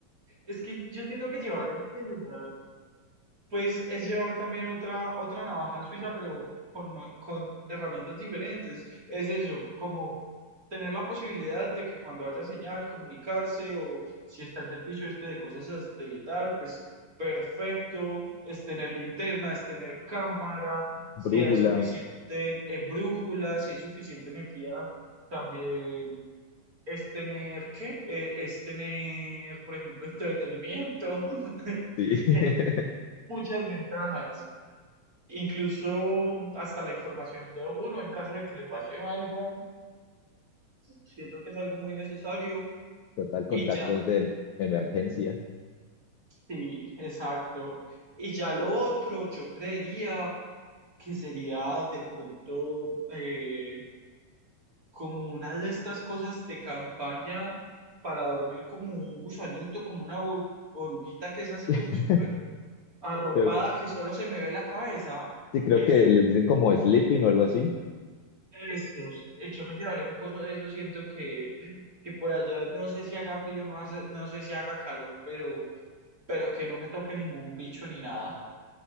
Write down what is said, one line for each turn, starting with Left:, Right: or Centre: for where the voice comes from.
Right: es que yo siento que llevar el celular pues es llevar también otra, otra navaja suiza, pero con, ma- con herramientas diferentes. Es eso, como tener la posibilidad de que cuando haya señal, comunicarse o si está el servicio este de cosas satelital, pues perfecto, es tener linterna, es tener cámara, si
Left: Brújula,
Right: hay suficiente eh, brújula, si hay suficiente energía, también es tener, ¿qué? Eh, es tener, por ejemplo, entretenimiento. <laughs>
Left: sí. <laughs>
Right: Es muchas ventajas, incluso hasta la información de uno en caso de que le pase algo, siento que es algo muy necesario
Left: Total, contactos
Right: y ya,
Left: de emergencia.
Right: sí, exacto. Y ya lo otro, yo creería que sería de pronto eh, como una de estas cosas de campaña para dormir como un gusanito, como una o- oruguita que es así
Left: <laughs>
Right: como súper arropada
Left: Creo-
Right: que solo se me ve la cabeza.
Left: sí, creo
Right: Eso.
Left: que les dicen como sleeping o algo así.
Right: Estos, eh, yo me llevaría un coso de eso, siento que, que por allá no sé si haga frío, no, hace, no sé si haga calor, pero, pero que no me toque ningún bicho ni nada.